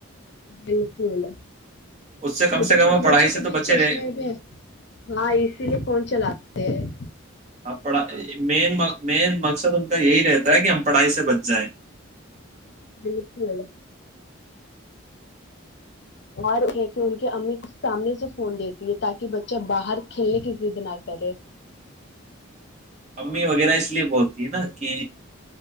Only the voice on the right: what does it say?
اس سے کم
سے کم
وہ پڑھائی
سے تو
بچے
رہے
پڑ م مین مقصد ان کا یہی رہتا ہے کہ ہم پڑھائی سے بچ جائیں
امی وغیرہ اس لیے بہتی ہے نا کہ